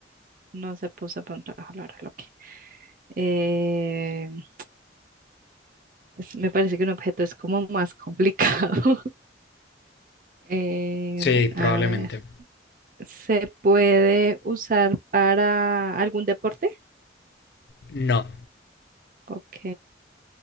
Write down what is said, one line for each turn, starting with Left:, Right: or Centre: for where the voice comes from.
Right: No se puede usar para un trabajo laboral, ok. Em, es- me parece que un objeto es como más complicado. <laughs> Em,
Left: Sí, probablemente.
Right: a ver, ¿se puede usar para algún deporte?
Left: No.
Right: Ok.